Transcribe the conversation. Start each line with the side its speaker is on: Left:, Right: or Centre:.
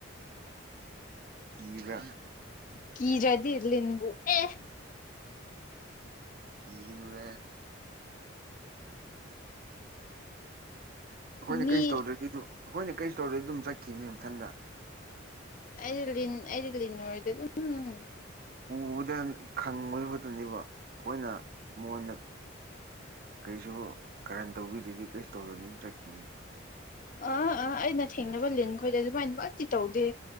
Right: ꯏꯕ
Left: ꯀꯤꯔꯗꯤ ꯏꯔꯂꯤꯕꯨ ꯑꯦ
Right: ꯀ ꯅꯕꯦ ꯑꯩꯈꯣꯏꯅ
Left: ꯃꯤ
Right: ꯀꯔꯤꯁꯨ ꯇꯧꯗ꯭ꯔꯗꯤ ꯑꯗꯨ ꯑꯩꯈꯣꯏꯅ ꯀꯔꯤꯁꯨ ꯇꯧꯗ꯭ꯔꯗꯤ ꯑꯗꯨꯝ ꯆꯠꯈꯤꯕꯅꯦ ꯃꯊꯟꯗ
Left: ꯑꯩ ꯂꯤ ꯏꯟ ꯑꯩꯗꯤꯜꯂꯤꯟꯗ ꯑꯗꯨ ꯎꯝ
Right: ꯎꯕꯗ ꯈꯪꯕꯗꯨ ꯈꯛꯇꯅꯦꯕ ꯑꯩꯈꯣꯏꯅ ꯃꯉꯣꯟꯗ ꯀꯩꯁꯨ ꯀꯔꯟ ꯇꯧꯕꯤꯗꯗꯤꯦ ꯀꯩꯁꯨ ꯇꯧꯗꯅ ꯑꯗꯨꯝ ꯆꯠꯈꯤꯕꯅꯤ
Left: ꯑꯥ ꯑꯥ ꯑꯩꯅ ꯊꯦꯡꯅꯕ ꯂꯤꯟ ꯈꯣꯏꯗꯦ ꯑꯗꯨꯃꯥꯏꯅ ꯋꯥꯠꯇꯤ ꯇꯧꯗꯦ